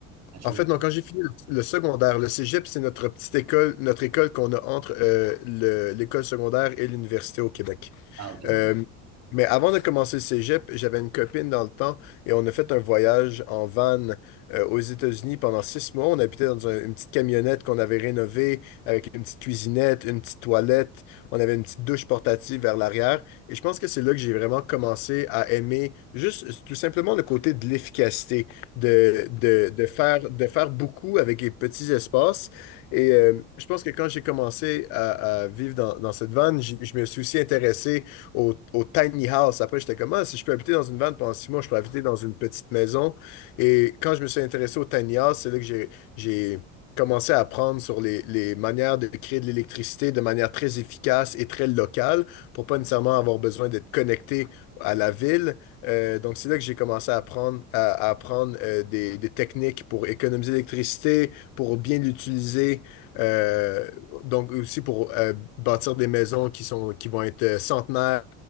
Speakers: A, on the right (about 35°); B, on the left (about 50°).
A: Ah, tu
B: en
A: me...
B: fait, non, quand j'ai fini le, le secondaire, le cégep, c'est notre petite école, notre école qu'on a entre euh, le- l'école secondaire et l'université au Québec.
A: Ah, ok.
B: Euh,
A: ok.
B: mais avant de commencer le cégep, j'avais une copine dans le temps et on a fait un voyage en van euh, aux États-Unis pendant six mois. On habitait dans un- une petite camionnette qu'on avait rénovée avec une petite cuisinette, une petite toilette. On avait une petite douche portative vers l'arrière. Et je pense que c'est là que j'ai vraiment commencé à aimer juste tout simplement le côté de l'efficacité, de, de, de faire, de faire beaucoup avec les petits espaces. Et euh, je pense que quand j'ai commencé à, à vivre dans, dans cette van, je je me suis aussi intéressé au, au tiny house. Après, j'étais comme, ah, si je peux habiter dans une van pendant six mois, je peux habiter dans une petite maison. Et quand je me suis intéressé au tiny house, c'est là que j'ai, j'ai commencé à apprendre sur les, les manières de créer de l'électricité de manière très efficace et très locale pour pas nécessairement avoir besoin d'être connecté à la ville. Euh, donc, c'est là que j'ai commencé à apprendre, à, à apprendre euh, des, des techniques pour économiser l'électricité, pour bien l'utiliser euh, donc aussi pour euh, bâtir des maisons qui sont, qui vont être euh, centenaires,